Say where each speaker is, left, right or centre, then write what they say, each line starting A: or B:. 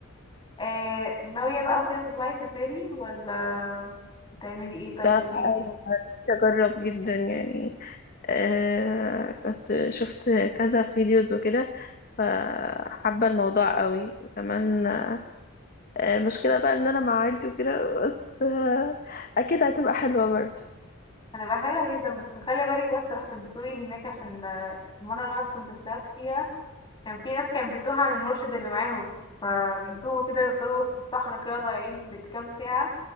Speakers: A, on the left; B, on the left.
A: آه، ناوية بقى وكده تطلعي سفاري ولا تعملي ايه طيب
B: بصراحة
A: قوليلي
B: أنا نفسي أجرب جدا يعني آه كنت شفت كذا فيديوز وكده فحابة الموضوع قوي وكمان آه مشكلة بقى إن أنا مع عيلتي وكده بس آه أكيد هتبقى حلوة برضه
A: هتبقى حلوة جدا بس خلي بالك بس رح تنسوي هناك عشان آه، المرة اللي أنا كنت طلعت فيها كان في ناس كانت بتوه عن المرشد اللي معاهم فبيتوه كده بيفضلوا وسط الصحراء كده ضايعين بالكام ساعة